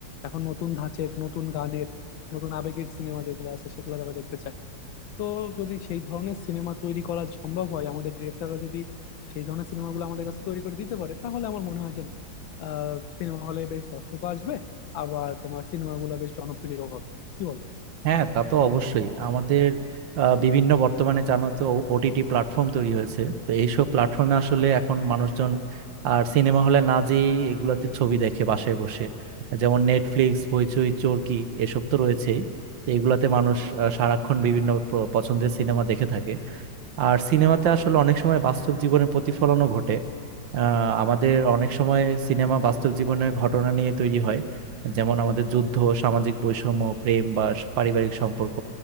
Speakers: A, on the left; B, on the right.
A: এখন নতুন ধাঁচের নতুন গানের নতুন আবেগের সিনেমা যেগুলো আছে সেগুলো তারা দেখতে চায় তো যদি সেই ধরনের সিনেমা তৈরি করা সম্ভব হয় আমাদের ডিরেক্টররা যদি সেই ধরনের সিনেমাগুলো আমাদের কাছে তৈরি করে দিতে পারে তাহলে আমার মনে হয় যে না সিনেমা হলে বেশ দর্শকও আসবে আবার তোমার সিনেমাগুলো বেশ জনপ্রিয় হবে কি বলো
B: হ্যাঁ তা তো অবশ্যই আমাদের আহ, বিভিন্ন বর্তমানে জানো তো ওটিটি প্ল্যাটফর্ম তৈরি হয়েছে তো এইসব প্ল্যাটফর্মে আসলে এখন মানুষজন আর সিনেমা হলে না যেয়েই এগুলাতে ছবি দেখে বাসায় বসে যেমন নেটফ্লিক্স হইচই চরকি এসব তো রয়েছেই তো এগুলাতে মানুষ আহ, সারাক্ষণ বিভিন্ন প- পছন্দের সিনেমা দেখে থাকে আর সিনেমাতে আসলে অনেক সময় বাস্তব জীবনের প্রতিফলনও ঘটে আহ, আমাদের অনেক সময় সিনেমা বাস্তব জীবনের ঘটনা নিয়ে তৈরি হয় যেমন আমাদের যুদ্ধ সামাজিক বৈষম্য প্রেম বা স- পারিবারিক সম্পর্ক